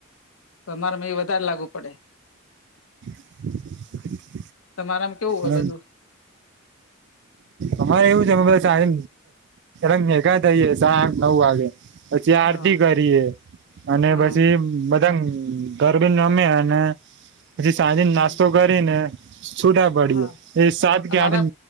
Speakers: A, on the left; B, on the right.
A: તો મારે મ એ વધારે લાગવુ પડે
B: હા
A: તમારામાં કેવું હોય
B: હ
A: બધું
B: અમારે એવું છે અમે બધા ચ એંગ હે ગહીે સા નવવાગે પછી આરતી
A: હા
B: કરીએ અને
A: હા
B: પછીધ એકમ ગરબી ન રમેને પછી સાંજે નાસ્તો
A: હમ,
B: કરી ને છ પડી
A: હા
B: એ સાત કે
A: અમારા
B: આઠ